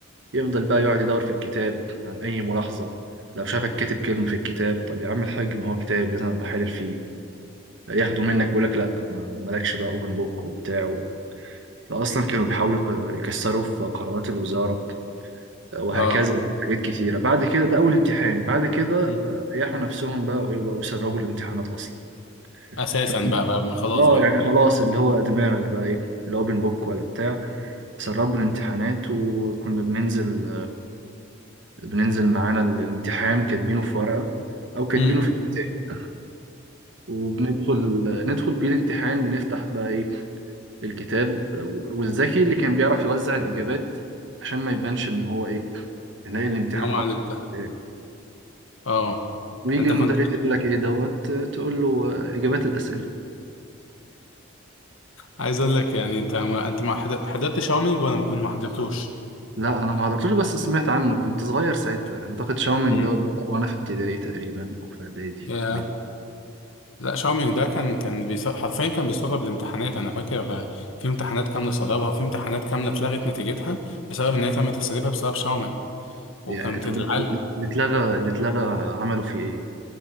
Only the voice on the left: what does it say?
اه
مم.
اساسا
بقى بقى ما خلاص
بقى
امم
انا ما
علمتها
اه
انت
كنت
عايز اقول لك يعني انت ما انت ما حد- حضرت شاومينج ولا ما كنت ما حضرتوش
امم
يا
لا شاومينج ده كان كان بيص... حرفيا كان بيسرب الامتحانات انا فاكر في امتحانات كامله سربها وفي امتحانات كامله اتلغت نتيجتها بسبب ان هي تم تسريبها بسبب شاومينج
وكانت
العل...